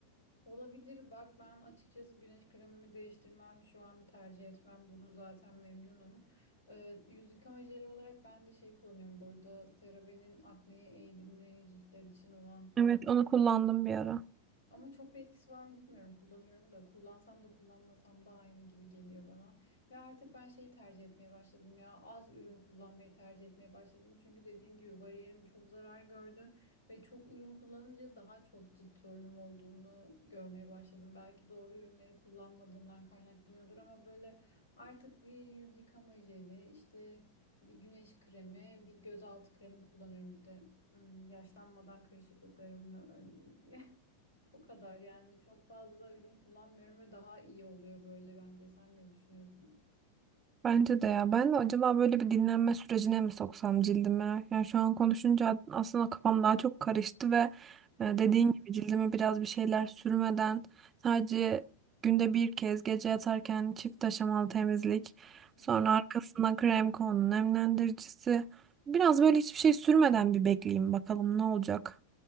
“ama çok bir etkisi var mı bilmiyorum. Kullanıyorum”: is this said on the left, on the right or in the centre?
Left